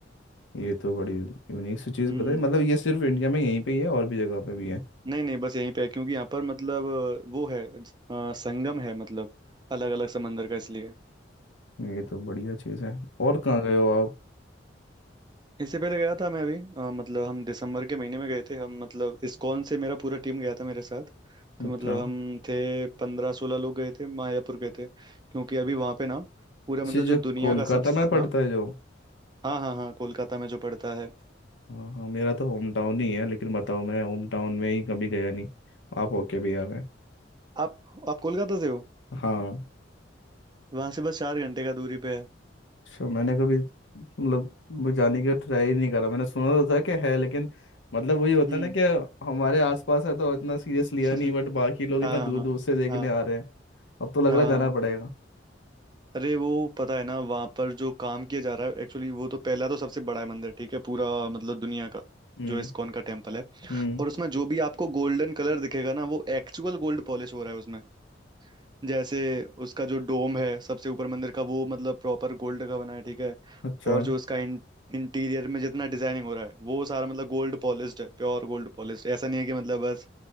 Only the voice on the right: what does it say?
हम्म
हम्म।
नहीं नहीं बस यहीं पे है क्योंकि यहाँ पर मतलब अ, वो है अ, संगम है मतलब अलग अलग समंदर का इसलिए
इससे पहले गया था मैं अभी अ, मतलब हम दिसंबर के महीने में गए थे हम मतलब इस्कॉन से मेरा पूरा टीम गया था मेरे साथ तो
मतलब हम थे पंद्रह सोलह लोग गए थे मायापुर गए थे क्योंकि अभी वहाँ पे ना पूरा
मतलब
जो दुनिया
का सब
हाँ
हाँ हाँ हाँ कोलकाता में जो पड़ता है
आप आप कोलकाता से हो
वहाँ से बस चार घंटे का दूरी पे है
हम्म
<laughs>
हाँ
हाँ
हाँ
हाँ
अरे वो पता है ना वहाँ पर जो काम किया जा रहा है एक्चुअली वो तो पहला तो सबसे बड़ा है मंदिर ठीक है पूरा मतलब दुनिया का
जो इस्कॉन का टेम्पल है
और उसमें जो भी आपको गोल्डन कलर दिखेगा ना वो एक्चुअल गोल्ड पॉलिश हो रहा है उसमें जैसे उसका जो डोम है सबसे ऊपर मंदिर का वो मतलब प्रॉपर गोल्ड का बना है ठीक है
और जो उसका इंटीरियर में जितना डिजाइनिंग हो रहा है वो सारा मतलब गोल्ड पॉलिश्ड है प्योर गोल्ड पॉलिश्ड ऐसा नहीं है कि मतलब बस